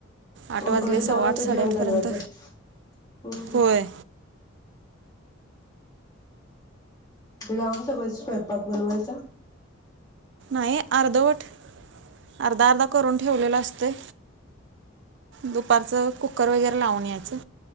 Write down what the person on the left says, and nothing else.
मग घरी
जाऊन
तर
जेवण बनवायचं. हुं
लॉन्ग सगळच स्वयंपाक बनवायचा?